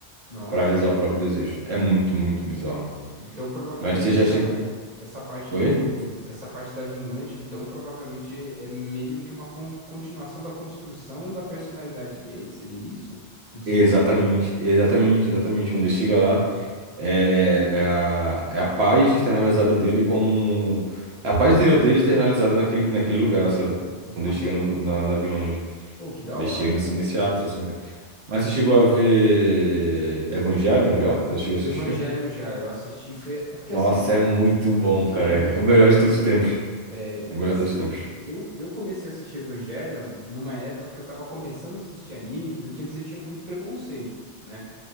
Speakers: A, on the right; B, on the right.
A: nossa.
B: para realizar o próprio desejo. É muito, muito bizarro.
A: É, Então provavelmente
B: Mas você já
A: essa
B: chegou.
A: essa parte
B: Oi?
A: do, do essa parte da Vinland, então provavelmente é meio que uma con- continuação da construção da personalidade dele, seria isso? Do desenvolvimento?
B: Exatamente, exatamente, exatamente. Quando ele chega lá, é, é, é a, é a paz externalizada dele como. um, É a paz interior dele externalizada naquele, naquele lugar, sabe?
A: Nossa,
B: Quando ele chega no-
A: que,
B: na, na Village.
A: pô, que da
B: Ele
A: hora,
B: chega
A: cara.
B: nesse, nesse ápice, assim, cara. Mas você chegou a ver Evangelion já? Já chegou a
A: Evangelion
B: assistir?
A: já eu assisti foi é porque
B: Nossa,
A: assim,
B: é muito bom, cara.
A: É muito
B: É o
A: bom,
B: melhor
A: é muito
B: de todos
A: bom.
B: os tempos.
A: É,
B: É o melhor
A: é assim,
B: de todos os tempos.
A: eu, eu comecei a assistir Evangelion numa época que eu tava começando a assistir anime, porque antes eu tinha muito preconceito, né?